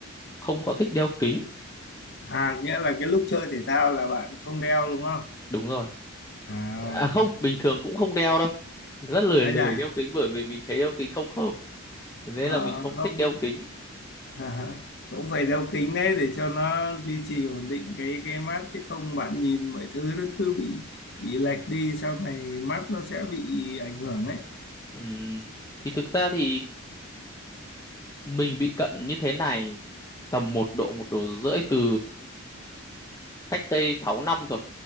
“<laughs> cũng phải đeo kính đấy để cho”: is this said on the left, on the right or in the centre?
Left